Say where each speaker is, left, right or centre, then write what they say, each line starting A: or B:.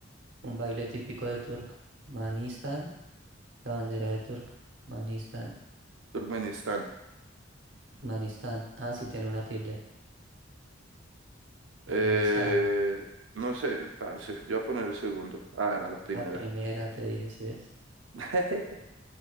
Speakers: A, on the right; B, on the right.
A: un baile típico de Turkmenistán, la bandera de Turkmenistán,
B: Turkmenistán.
A: Manistán, ah, sí tiene una tilde,
B: Eh,
A: Turkmenistán,
B: no sé, parce. Yo voy a poner el segundo. Ah, era la primera.
A: la primera te dije, ¿sí ves?
B: <laughs>